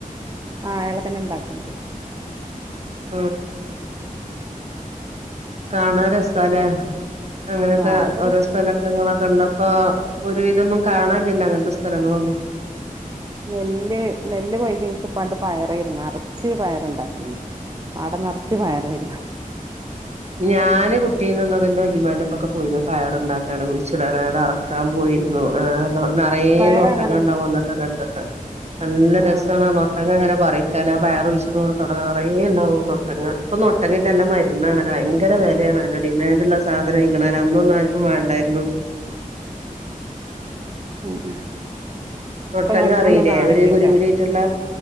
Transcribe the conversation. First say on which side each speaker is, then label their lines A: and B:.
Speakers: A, on the right (about 30°); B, on the right (about 50°).
A: ആഹ് എളയനെ ഇണ്ടാക്ക്ണ്ട്
B: ഉം കാണാ രസാലെ അങ്ങനക്കെ
A: ആ അത് ഇവിടെ
B: ഓരോ സ്ഥലൊക്കെങ്ങള കണ്ടപ്പോ ഒരു വിതൊന്നും കാണാൻല്യെല്ലൊ അങ്ങൻത്തെ സ്ഥലങ്ങളൊന്നും
A: നെല്ല് നെല്ല് കൊഴഞ്ഞക്ക് ഇപ്പണ്ട് പയറേരുന്നു ഇറച്ചി പയറേണ്ടാക്കിാണ് പാട നറച്ചു പയറേരുന്നു
B: ഞാന് കുട്ടീന്ന്ന്നൊക്ക ഇന്റെ വല്ലിമാന്റെപ്പൊക്കെ പോയിന്നു പയറ്ണ്ടാക്കാന് കുഴിച്ചു <unintelligible> ത് അറക്കാൻ പോയിര്ന്നു
A: ഉം
B: ആ നറ്യേ
A: പയറ്
B: നൊട്ടങ്ങ
A: അങ്ങനെ
B: ഉണ്ടാവും അന്ന <unintelligible> ട്ടൊക്കത്തക്ക് നല്ല
A: ആ
B: രസാണ്
A: ഇപ്പം
B: അ നൊട്ടങ്ങനെ പറയ്ക്കാനാ ആ പയർ ഉഴിച്ചിട് നോട്ത്ത് ഔടെ നറ്യേ ഇണ്ടാവും നൊട്ടങ്ങ അപ്പനൊട്ടങ്ങക്കല്ല മരുന്നാണ്
A: ഉം
B: ഭയങ്കര വെലേണ് ഡിമാൻഡ് ഇള്ള സാധനയിക്ക്ണ് അന്നൊന്നും ആർക്കും വേണ്ടായിരുന്നു
A: ഉം ഉം
B: നൊട്ടങ്ങ
A: ഇപ്പൊ നട്ടൊന്നും
B: അറീലെ
A: കാണില്ലല്ലോ
B: ഒരു കുരു കുരു ആയിട്ടുള്ള